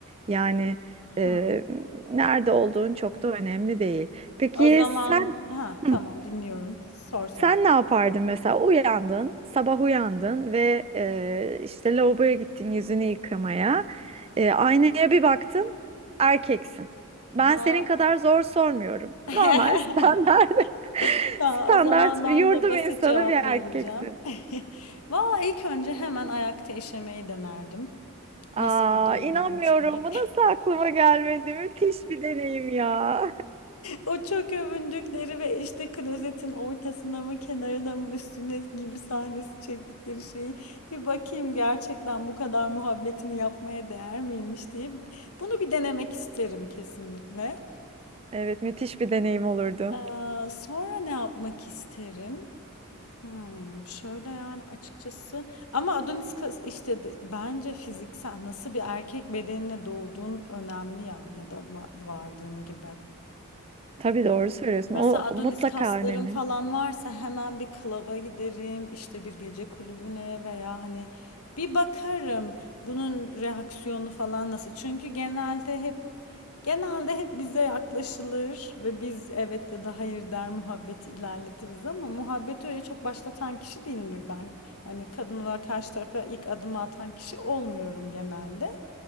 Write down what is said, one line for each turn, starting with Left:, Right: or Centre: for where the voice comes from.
Right: Yani e,
Left: Hı.
Right: nerede olduğun çok da önemli değil. Peki
Left: O zaman
Right: sen...
Left: ha
Right: Hı.
Left: tamam dinliyorum. Sor sor.
Right: Sen ne yapardın mesela? Uyandın, sabah uyandın ve e, işte lavaboya gittin yüzünü yıkamaya. E, aynaya bir baktın, erkeksin. Ben
Left: Va-
Right: senin kadar zor sormuyorum.
Left: <laughs>
Right: Normal, standart, <laughs>
Left: Tamam,
Right: standart
Left: o zaman ben
Right: bir yurdum
Left: de basit
Right: insanı
Left: cevap
Right: bir erkeksin.
Left: vereceğim. <laughs> Valla ilk önce hemen ayakta işemeyi denerdim.
Right: Aa,
Left: Nasıl bir duyguymuş
Right: inanmıyorum.
Left: diye.
Right: Bu nasıl aklıma gelmedi? Müthiş bir deneyim ya.
Left: O çok övündükleri ve işte klozetin ortasına mı kenarına mı üstüne gibi sahnesi çektikleri şeyi bir bakayım gerçekten bu kadar muhabbetini yapmaya değer miymiş diye bunu bir denemek isterim kesinlikle.
Right: Evet, müthiş bir deneyim olurdu.
Left: Ee, sonra ne yapmak isterim? Hmm, şöyle yani açıkçası ama Adonis kas- işte de- bence fiziksel nasıl bir erkek bedenine doğduğun önemli ya ya da va- vardığın gibi.
Right: Tabii doğru söylüyorsun.
Left: Mesela
Right: O
Left: Adonis
Right: mutlaka
Left: kaslarım
Right: önemli.
Left: falan varsa hemen bir klaba giderim, işte bir gece kulübüne veya hani bir bakarım bunun reaksiyonu falan nasıl. Çünkü genelde hep genelde hep bize yaklaşılır ve biz evet ya da hayır der muhabbeti ilerletiriz ama muhabbeti öyle çok başlatan kişi değilimdir ben. Hani kadın olarak karşı tarafa ilk adımı atan kişi olmuyorum genelde.